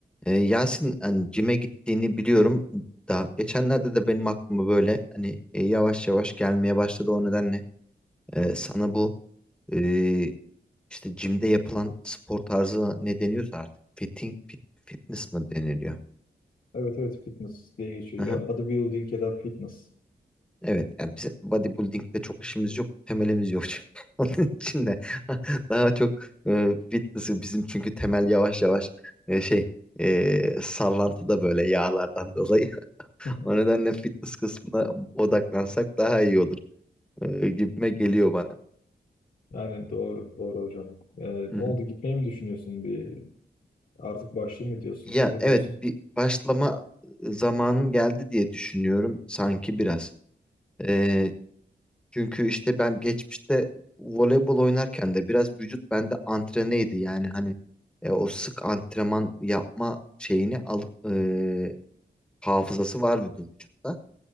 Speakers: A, in the centre; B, on the left.
A: Ee, Yasin hani cime gittiğini biliyorum. Daha geçenlerde de benim aklıma böyle hani e, yavaş yavaş gelmeye başladı. O nedenle e, sana bu e, işte cimde yapılan spor tarzı ne deniyorsa artık fitting fit, fitness mı deniliyor?
B: Evet evet fitness diye geçiyor.
A: Aha,
B: Ya bodybuilding ya da fitness.
A: evet yani bizim bodybuilding'de çok işimiz yok. Temelimiz yok çünkü. <laughs> Onun için de <laughs> daha çok e, fitness'ı bizim çünkü temel yavaş yavaş e, şey e, sallantıda böyle yağlardan dolayı.
B: <laughs>
A: O nedenle fitness kısmına odaklansak daha iyi olur e, gibime geliyor bana.
B: Yani doğru doğru hocam. Ee,
A: Hı
B: ne
A: hı.
B: oldu gitmeyi mi düşünüyorsun bir artık başlayayım mı diyorsun?
A: Ya
B: Ne
A: evet
B: diyorsun?
A: bir başlama zamanım geldi diye düşünüyorum sanki biraz. Ee, çünkü işte ben geçmişte voleybol oynarken de biraz vücut bende antreneydi. Yani hani e, o sık antrenman yapma şeyini al, e, hafızası var vücutta.